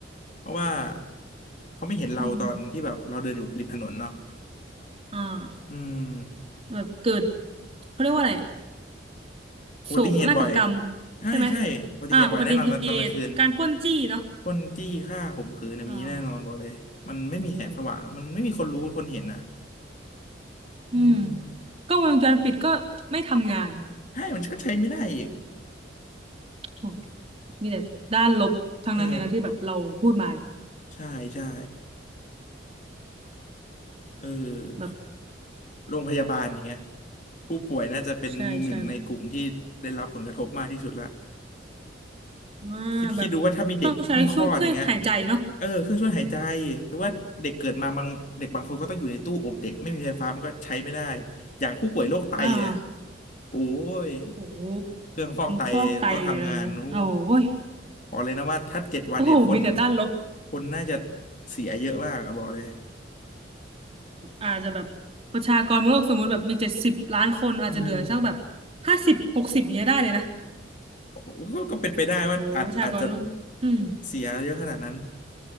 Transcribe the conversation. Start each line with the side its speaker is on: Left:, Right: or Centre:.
Left: เพราะว่าเขาไม่เห็นเราตอนที่แบบเราเดินอยู่ริมถนนเนาะ
Right: อืมอ่า
Left: อืม
Right: แบบเกิดเขาเรียกว่าอะไรอะ
Left: อุบัติเหตุบ่อย
Right: โศกนาฏกรรม
Left: ใช่ใช่อุบัติเหตุบ่อยแน่นอนตอนตอนกลางคืน
Right: ใช่ไหมอ่าอุบัติเหตุการปล้นจี้เนาะ
Left: ค้นจี้ฆ่าข่มขืนนะมีแน่นอนบอกเลยมันไม่มีแสงสว่างมันไม่มีคนรู้คนเห็นนะ
Right: อ่าโอ้อืม
Left: อืม
Right: กล้องวงจรปิดก็ไม่ทำงาน
Left: ให้มันก็ใช้ไม่ได้อีก
Right: โอ้มีแต่ด้านลบทั้งนั้นเลยนะที่แบบเราพูดมาเนี่ย
Left: เออใช่ใช่เออ
Right: แบบ
Left: โรงพยาบาลอย่างเงี้ยผู้ป่วยน่าจะเป็นหนึ่งในกลุ่มที่ได้รับผลกระทบมากที่สุดละ
Right: ใช่ใช่อ่าแบบ
Left: คิดคิดดูว่าถ้ามีเด็กเพิ่งคลอดอย่างเงี้ย
Right: ต้องใช้ช่วงเครื่องหายใจเนาะ
Left: เออเครื่องช่วยหายใจหรือว่าเด็กเกิดมาบางเด็กบางคนก็ต้องอยู่ในตู้อบเด็กไม่มีไฟฟ้ามันก็ใช้ไม่ได้
Right: โอ
Left: อย่างผู้ป่วยโรคไตเนี่ย
Right: อ่า
Left: โอ้ย
Right: โอ้โห
Left: เครื่องฟอกไตต้องทำงานนู้
Right: ฟอกไตอะไรเงี้ยโอ้โว้ย
Left: บอกเลยนะว่าถ้าเจ็ดวันเนี่ยคน
Right: โอ้โหมีแต่ด้านลบ
Left: คนน่าจะเสียเยอะมากอะบอกเลย
Right: อาจจะแบบประชากรโลกสมมติแบบมีเจ็ดสิบล้านคนอาจจะเหลือสักแบบ
Left: อืม
Right: ห้าสิบหกสิบเนี้ยได้เลยนะ
Left: ก็ก็เป็นไปได้ว่าอาจอาจจะ
Right: โอ้โหประชากรโลกอืม
Left: เสียเยอะขนาดนั้น